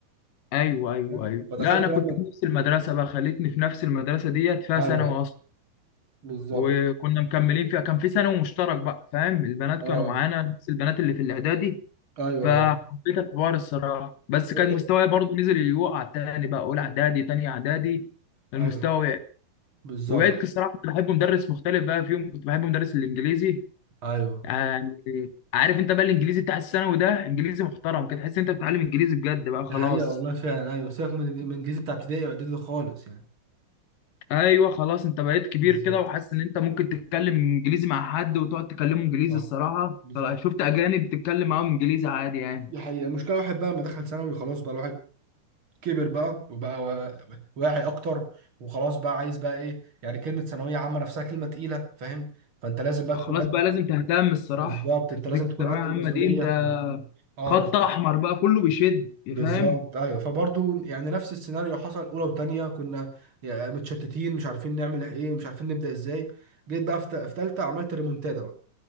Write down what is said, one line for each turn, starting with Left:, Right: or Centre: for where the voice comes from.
Left: أيوه أيوه
Right: فاهم؟
Left: أيوه
Right: فدخلت
Left: لا أنا كنت
Right: بقى من-
Left: في نفس المدرسة بقى خليتني في نفس المدرسة ديت فيها
Right: ايوه
Left: ثانوي أصلا
Right: بالظبط
Left: وكنا مكملين فيها كان في ثانوي مشترك بقى فاهم البنات
Right: اه
Left: كانوا معانا نفس البنات اللي في الإعدادي
Right: ايوه
Left: فحبيت
Right: ايوه
Left: الحوار الصراحة بس
Right: لا، طب
Left: كان
Right: انت
Left: مستواي برضو نزل يوقع تاني بقى أولى إعدادي تانية إعدادي المستوى
Right: ايوه
Left: وقع
Right: بالظبط
Left: وبقيت الصراحة كنت بحب مدرس مختلف بقى فيهم كنت بحب مدرس الإنجليزي
Right: ايوه
Left: يعني عارف انت بقى الانجليزي بتاع الثانوي ده انجليزي محترم كده تحس انت بتتعلم انجليزي بجد بقى خلاص
Right: دي حقيقة والله فعلا أيوة سيبك من من الإنجليزي بتاع ابتدائي وإعدادي خالص يعني
Left: ايوه خلاص انت بقيت كبير
Right: بالظبط
Left: كده وحاسس ان انت ممكن تتكلم انجليزي مع حد وتقعد تكلمه انجليزي
Right: صح
Left: الصراحه
Right: بالظبط
Left: فشفت اجانب بتتكلم معاهم انجليزي عادي يعني
Right: دي حقيقة المشكلة الواحد بقى ما دخل ثانوي خلاص بقى الواحد كبر بقى وبقى وا- واعي أكتر وخلاص بقى عايز بقى إيه يعني كلمة ثانوية عامة نفسها كلمة تقيلة فاهم فأنت لازم بقى
Left: خلاص
Right: تكون قد
Left: بقى لازم تهتم الصراحه
Right: بالظبط أنت
Left: انت
Right: لازم
Left: دي الثانويه
Right: تكون قد
Left: العامه
Right: المسؤولية
Left: دي انت
Right: مش <laughs> أه
Left: خط
Right: مش
Left: احمر بقى كله بيشد
Right: بالظبط
Left: فاهم
Right: أيوه فبرضه يعني نفس السيناريو حصل أولى وتانية كنا يا- متشتتين مش عارفين نعمل إيه مش عارفين نبدأ إزاي جيت بقى في ت- في تالتة عملت ريمونتادا بقى